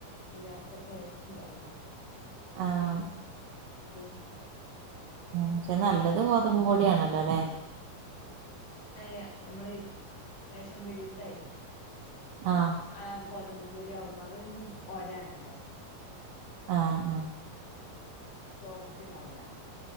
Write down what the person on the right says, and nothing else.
ആഹ്
പക്ഷെ നല്ലത് ഗോതമ്പ് പൊടി ആണല്ലോ ലെ
ആഹ്
ആ ആ